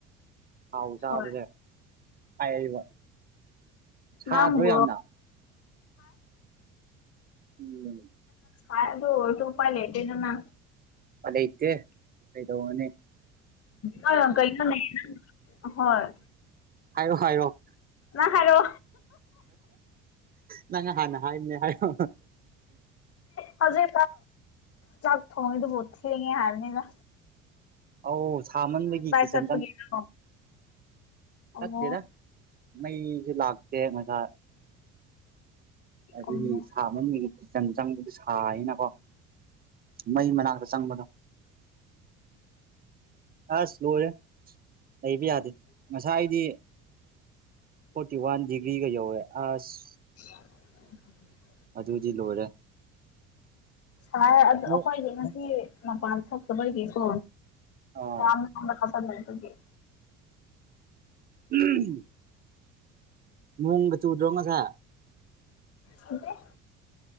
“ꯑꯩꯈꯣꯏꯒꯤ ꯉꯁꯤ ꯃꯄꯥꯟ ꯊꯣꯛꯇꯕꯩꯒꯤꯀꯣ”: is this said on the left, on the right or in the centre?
Left